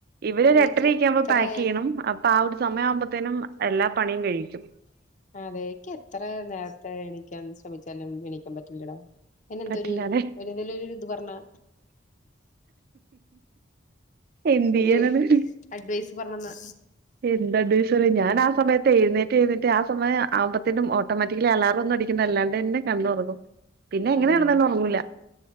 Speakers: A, on the right; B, on the left.
A: ഇവര്
B: അതേക്ക്
A: ഒരെട്ടരക്കാമ്പോ
B: എത്ര
A: പാക്ക്
B: ആയാലും
A: ചെയ്യണം അപ്പൊ ആ ഹ് ഒരു സമയവുമ്പത്തേനും എല്ലാ പണിയും കഴിക്കും
B: അതേക്കെത്ര നേരത്തെ എണീക്കാൻ ശ്രമിച്ചാലും എണീക്കാൻ പറ്റില്ലടാ അയ്നെന്തൊരു
A: പറ്റില്ലാല്ലേ
B: ഒരു ഇതിൽ ഒരു ഇത് പർഞ്ഞാ
A: എന്തെയ്യാനാണ്
B: ഒരു അഡ്വൈസ് പർഞ്ഞെന്ന
A: ഏതിന്റെ അഡ്വൈസറിം ഞാനാസയത്ത് എഴുന്നേറ്റ് എഴുന്നേറ്റ് ആഹ് സമയാവുമ്പത്തേനും ഓട്ടോമാറ്റിക്കലി അലാറൊന്നുംഅടിക്ക ന്നല്ലാണ്ടന്നെ കണ്ണുതുറ ക്കും പിന്നെ എങ്ങനെ
B: അതെ
A: കെടന്നാലും ഒറങ്ങൂല